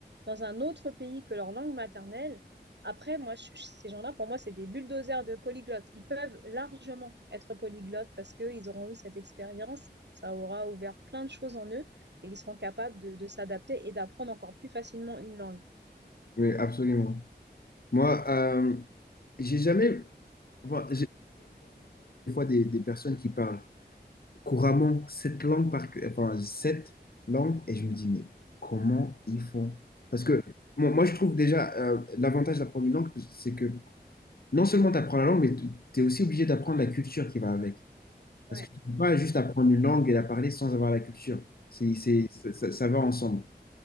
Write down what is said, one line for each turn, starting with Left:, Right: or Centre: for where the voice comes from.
Right: dans un autre pays que leur langue maternelle, après, moi, je- ces gens-là, pour moi, c'est des bulldozers de polyglottes. Ils peuvent largement être polyglottes parce qu'ils auront eu cette expérience, ça aura ouvert plein de choses en eux, et ils seront capables de, de s'adapter et d'apprendre encore plus facilement une langue.
Left: Oui, absolument. Moi, euh, j'ai jamais enfin, des, des personnes qui parlent couramment cette langue par cœur- enfin cette langue et je me dis mais comment ils font? Parce
Right: Mm.
Left: que moi, moi, je trouve déjà euh, l'avantage d'apprendre une langue c'est que non seulement tu apprends la langue, mais tu es aussi obligé d'apprendre la culture qui va avec. Parce
Right: Ouais.
Left: que tu ne peux pas juste apprendre une langue et la parler sans avoir la culture. C'est, c'est,
Right: Mm.
Left: ça, ça- ça va ensemble.